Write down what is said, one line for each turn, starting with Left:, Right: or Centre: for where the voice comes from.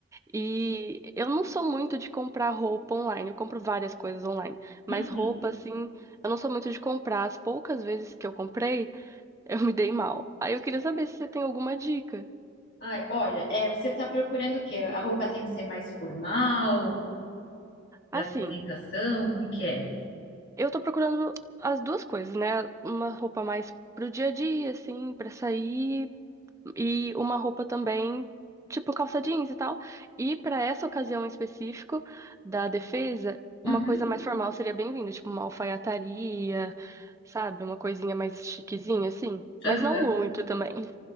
Right: E eu não sou muito de comprar roupa online, eu compro várias coisas online,
Left: Uhum.
Right: mas roupa, assim, eu não sou muito de comprar. As poucas vezes que eu comprei, <laughs> eu me dei mal. Aí eu queria saber se você tem alguma dica.
Left: Ai, olha, é, você está procurando o quê? A roupa tem que ser mais formal, para
Right: Assim,
Left: apresentação, como que é?
Right: eu tô procurando as duas coisas, né? Uma roupa mais pro dia a dia, assim, pra sair, e uma roupa também, tipo calça jeans e tal. E para essa ocasião em específico da defesa, uma
Left: Uhum.
Right: coisa mais formal seria bem-vinda, tipo uma alfaiataria, sabe? Uma coisinha mais chiquezinha, assim.
Left: Sei.
Right: Mas não muito também.